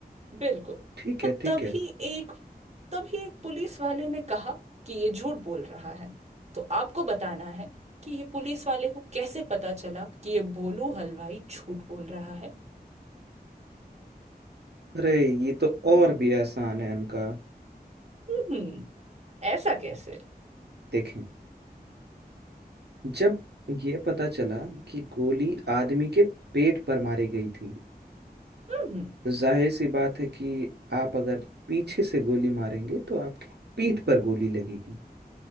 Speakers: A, on the right (about 40°); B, on the right (about 80°).
A: बिल्कुल
B: ठीक
A: तो
B: है ठीक
A: तभी
B: है
A: एक तभी एक पुलिस वाले ने कहा कि ये झूठ बोल रहा है तो आपको बताना है कि ये पुलिस वाले को कैसे पता चला कि ये भोलू हलवाई झूठ बोल रहा है
B: अरे ये तो और भी आसान है इनका
A: हम्म ऐसा कैसे
B: देखें जब ये पता चला कि गोली आदमी के पेट पर मारी गई थी
A: हम्म,
B: तो जाहिर सी बात है कि आप अगर पीछे से गोली मारेंगे तो आपकी पीठ पर गोली लगेगी